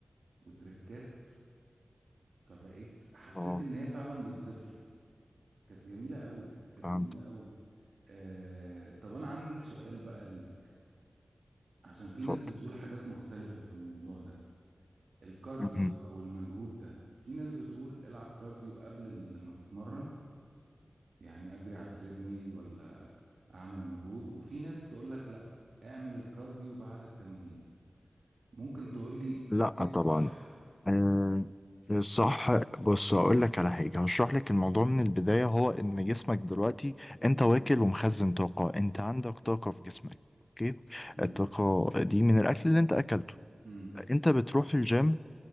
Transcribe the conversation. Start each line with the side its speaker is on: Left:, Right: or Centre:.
Right: وتركات فبقيت حسيت
Left: اه
Right: ان هي فعلا بتضيف لي كانت جميلة قوي كانت
Left: فهمت
Right: جميلة قوي آه، طب انا عندي سؤال بقى ليك عشان في
Left: اتفضل
Right: ناس بتقول حاجات مختلفة في الموضوع ده الكارديو
Left: مهم.
Right: أو المجهود ده في ناس بتقول العب كارديو قبل ال- لما تتمرن يعني أجري على التريد ميل ولا أعمل مجهود وفي ناس تقول لك لا اعمل الكارديو بعد التمرين ممكن تقول لي
Left: لا
Right: إيه الصح
Left: طبعا آه، صح بص هقول لك على حاجه هشرح لك الموضوع من البدايه هو ان جسمك دلوقتي انت
Right: مم.
Left: واكل ومخزن طاقه انت عندك طاقه في جسمك اوكي
Right: مم.
Left: الطاقه دي من الاكل اللي انت اكلته
Right: مم.
Left: انت بتروح الجيم